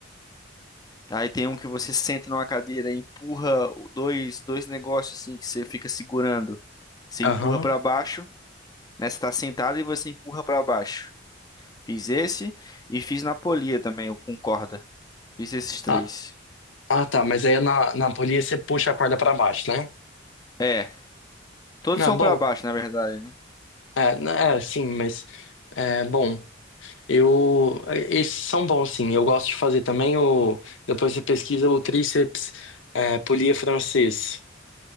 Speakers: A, on the left; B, on the left.
A: Aí tem um que você senta numa cadeira e empurra o- dois, dois negócios assim que você fica segurando. Você empurra
B: Aham.
A: pra baixo, né? Você tá sentado e você empurra pra baixo. Fiz esse e fiz na polia também, o com corda. Fiz esses três.
B: Ah, ah, tá, mas aí na, na polia você puxa a corda para baixo, né?
A: É, todos
B: Ah,
A: são
B: bom.
A: pra baixo, na verdade, né?
B: É, né, é sim, mas é bom. Eu, eh, esses são bons, sim. Eu gosto de fazer também o. Depois você pesquisa o tríceps é, polia francês.